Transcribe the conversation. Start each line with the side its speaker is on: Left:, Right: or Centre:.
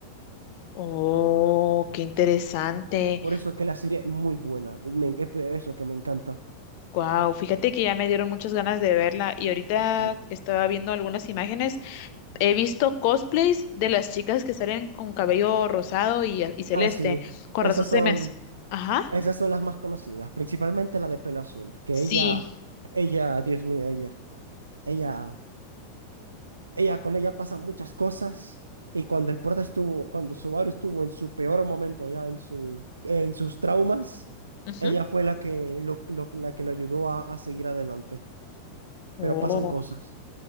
Left: Oh, qué interesante.
Right: Es por eso que la serie es muy buena. Me- es por eso que me encanta.
Left: Wow, fíjate que ya me dieron muchas ganas de verla y ahorita
Right: Sí, sí.
Left: que estaba viendo algunas imágenes, he visto cosplays de las chicas que salen con cabello rosado y, y celeste.
Right: Ah, sí.
Left: Con
Right: Esas
Left: razón se
Right: son.
Left: me hace. Ajá,
Right: Esas son las más conocidas, principalmente la de pelo azul, que
Left: sí.
Right: ella, ella, Dios mío, ella, ella, ella, con ella pasan muchas cosas. Y cuando el prota estuvo, cuando Subaru estuvo en su peor momento, ya en su, en sus traumas,
Left: ujú.
Right: ella fue la que lo, lo- la que lo ayudó a, a seguir adelante.
Left: Oh,
Right: Pero pasan cosas.